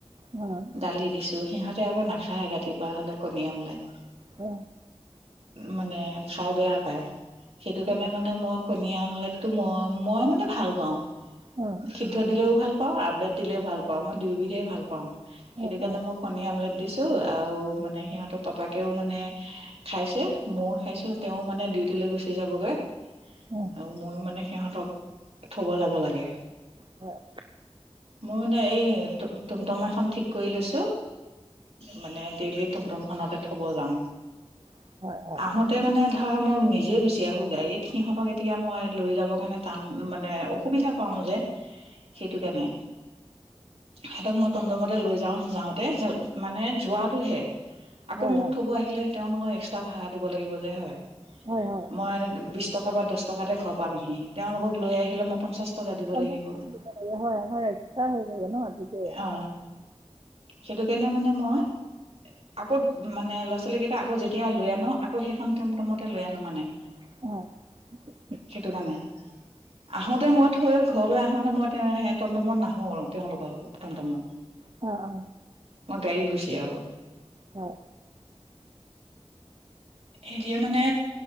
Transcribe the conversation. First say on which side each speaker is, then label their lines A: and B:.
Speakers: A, on the right (about 50°); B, on the right (about 70°).
A: হয়
B: দালি দিছো সিহঁতে আকৌ নাখায় ৰাতিপুৱা হলে কণী আমলাই
A: অ
B: মানে খাই বেয়া পায় সেইটো কাৰণে
A: হয়
B: মানে মই কণীয়া আমলেটটো মই মই মানে ভাল পাওঁ
A: হয়
B: সিদ্ধ দিলেও ভাল পাওঁ আমলেট দিলেও ভাল পাওঁ মই দুয়োবিধে ভাল পাওঁ সেইটো
A: হয়
B: কাৰণে
A: হয়
B: মোক কণী আমলেট দিছো আৰু মানে সিহঁতৰ পাপাকেও মানে খাইছে ময়ও খাইছো তেওঁ মানে ডিউটি লৈ গুচি যাবগৈ
A: অ
B: আৰু ময়ো মানে সিহঁতক থব যাব লাগে
A: হয়
B: মই মানে এই টমটমা এখন ঠিক কৰি লৈছোঁ মানে ডেইলি টমটম খতে থব যাওঁ
A: হয়
B: আহোতে তাতে মানে ধৰা মোক নিজে গুচ এতি আহো গাড়ীত সিহঁতক এতিয়া মই লৈ যাব কাৰণে টান মানে অসুবিধা পাও যে সেইটো কেনে সহতক মই টমটমতে লৈ যাওঁ যাওঁতে যা মানে যোৱাতটো হে আকৌ
A: হয়
B: মোক
A: হয়
B: থব আহিলে তেওঁলোকক এক্সট্ৰা ভাড়া দিব লাগিব যে হয়
A: হয় হয়
B: মই বিশছ টকা বা দহ টকাতে ঘৰ পামহি তেওঁলোকক লৈ আহিলে মই পঞ্চাশ টকা দিব
A: পঞ্চাছ
B: লাগিব
A: হয় আমাৰ এক্সট্ৰা হৈ যাব ন ঠিকেই হয়
B: অ সেইটো কাৰণে মানে মই আকৌ মানে ল'ৰা ছোৱালীকেইটা আকৌ যেতিয়া লৈ আনো আকৌ সেইখন টিম টমতে লৈ আনো মানে
A: অ
B: সেইটো কাৰণে আহোতে মই থৈ ঘৰলৈ আহোতে মই টমটমত নাহো আৰু তেওঁলোকৰ লগত হ তামা
A: অ অ
B: মই গাড়ীত গুি আহো
A: হয়
B: এতিয়া মানে